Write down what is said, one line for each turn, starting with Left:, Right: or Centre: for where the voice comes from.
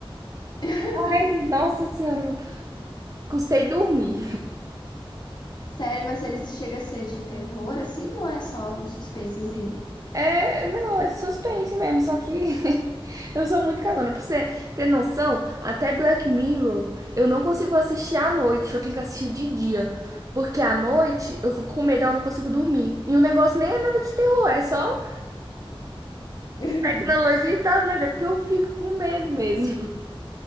Left: <laughs>
Right: Ai, nossa senhora, eu custei dormir.
Left: Sério, mas ele chega a ser de terror, assim, ou é só um suspensezinho?
Right: É, não, é suspense mesmo, só que <laughs> eu sou muito cagona. Pra você ter noção, até Black Mirror eu não consigo assistir à noite, eu tenho que assistir de dia. Porque à noite eu fico com medo, eu não consigo dormir. E o negócio nem é nada de terror, é só
Left: <laughs>
Right: tecnologia e tal, mas é porque eu fico com medo mesmo. <laughs>